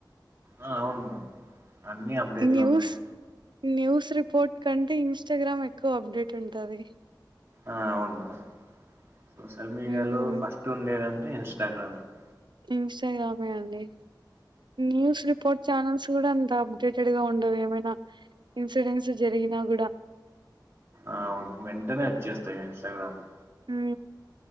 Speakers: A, on the right (about 30°); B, on the right (about 70°).
A: ఆ అవును. అన్ని అప్డేట్లో
B: న్యూస్
A: ఉంటాయి.
B: న్యూస్ రిపోర్ట్ కంటే ఇన్స్టాగ్రామ్ ఎక్కువ అప్డేట్ ఉంటాది.
A: ఆ అవును మేడం సోషల్ మీడియాలో
B: హ్మ్
A: ఫస్ట్ ఉండేదంత ఇన్స్టాగ్రామ్ అండి
B: ఇన్స్టాగ్రామే అండి. న్యూస్ రిపోర్ట్ ఛానల్స్ కూడా అంత అప్డేటెడ్ గా ఉండవు. ఏమైనా ఇన్సిడెంట్స్ జరిగినా కూడా
A: అవును వెంటనే వచ్చేస్తాయి ఇన్స్టాగ్రామ్లో
B: ఊ